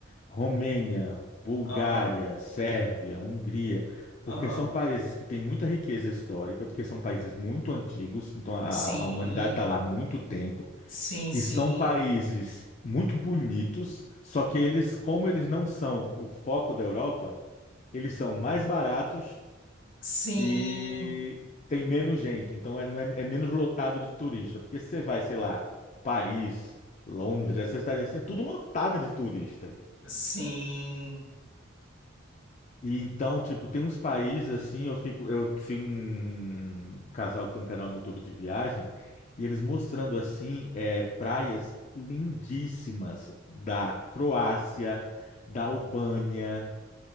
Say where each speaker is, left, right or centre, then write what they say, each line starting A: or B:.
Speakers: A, on the left; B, on the left.
A: Romênia, Bulgária,
B: Aham,
A: Sérvia, Hungria, porque
B: aham.
A: são países que têm muita riqueza histórica, porque são países muito antigos, então a,
B: Sim,
A: a- humanidade está lá há muito tempo,
B: sim,
A: e
B: sim.
A: são países muito bonitos, só que eles, como eles não são o foco da Europa, eles são mais baratos
B: Sim,
A: e tem menos gente, então é, não é é menos lotado de turista, porque você vai, sei lá, Paris, Londres, essas cidades assim, é tudo lotado de turista.
B: sim,
A: E então, tipo, tem uns países assim, eu fico, eu sigo um casal que tem um canal no YouTube de viagem, e eles mostrando assim, é, praias lindíssimas da Croácia, da Albânia,